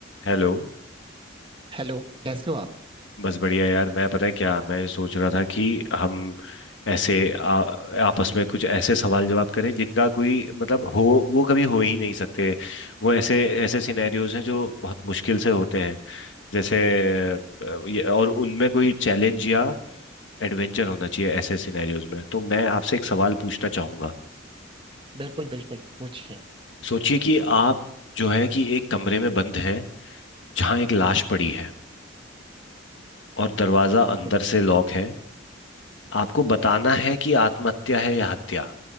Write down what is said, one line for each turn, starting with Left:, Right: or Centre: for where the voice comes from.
Left: हेलो
Right: Hello कैसे हो आप
Left: बस बढ़िया यार मैं पता है क्या मैं सोच रहा था कि हम ऐसे आ, आपस में कुछ ऐसे सवाल जवाब करें जिनका कोई मतलब हो वो कभी हो ही नहीं सकते वो ऐसे ऐसे सिनेरियोज हैं जो बहुत मुश्किल से होते हैं जैसे अ, ये- और उनमें कोई चैलेंज या एडवेंचर होना चाहिए ऐसे सिनेरियोज में तो मैं आपसे एक सवाल पूछना चाहूंगा
Right: बिल्कुल बिल्कुल पूछिए
Left: सोचिए कि आप जो है कि एक कमरे में बंद हैं जहाँ एक लाश पड़ी है और दरवाजा
Right: बिल्कुल
Left: अंदर से लॉक है आपको बताना है कि आत्महत्या है या हत्या